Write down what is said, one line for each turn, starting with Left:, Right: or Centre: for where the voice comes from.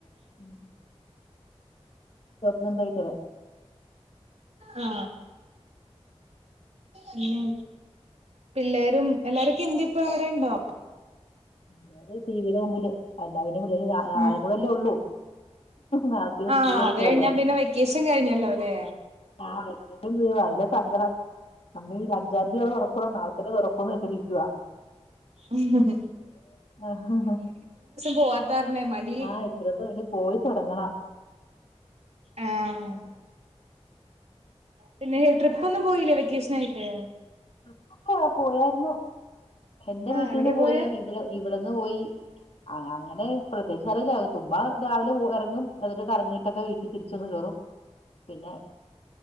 Left: ഉം <unintelligible>
Right: ആ പിന്നെ പിള്ളേരും എല്ലാരൊക്കെ എന്തെ ഇപ്പ അവിടെ ഇണ്ടോ?
Left: മ് അത് <unintelligible> <unintelligible> എല്ലാ പിന്നെ പിള്ളേര് നാളെകൂടെ
Right: ഉം
Left: അല്ലെ ഉള്ളൂ നാളതന്നെ
Right: ആഹ്
Left: സ്കൂൾ തുറക്കല്ലെ
Right: അത് കഴിഞ്ഞാ പിന്നെ വെക്കേഷൻ കഴിഞ്ഞല്ലോ അല്ലേ
Left: ആ ല്ല സങ്കടം നമ്മീ അഞ്ചംതിയതി തൊറാ ക്കോ അതോ നാളെ തന്നെ തോറാകുവോന്നു <unintelligible>
Right: ഉം ഹ്
Left: ആഹ്
Right: പോവാത്താരണേ മടി
Left: ആ ഇത്രസം ഇനി പോയിത്തൊടങ്ങണം
Right: ആഹ് പിന്നെ ട്രിപ്പോ ഒന്നും പോയില്ലേ വെക്കേഷൻ ആയിട്ട്.
Left: ട്രിപ്പൊക്കെ ആ പോയാര്ന്നു എന്റെ
Right: ആഹ്
Left: വീട്ടിന്ന്
Right: എവിടെയാ
Left: പോയി
Right: പോയേ
Left: ഇവ ഇവിടെന്ന് പോയി. ആ അങ്ങനെ പ്രത്യേകിച്ച് സ്ഥലല്ലാ ചുമ്മാ രാവിലെ ഇറങ്ങും എന്നിട്ട് കറങ്ങിയിട്ടൊക്കെ വീട്ടി ട്ടി തിരിച്ചൊന്ന് കേറും പിന്നെ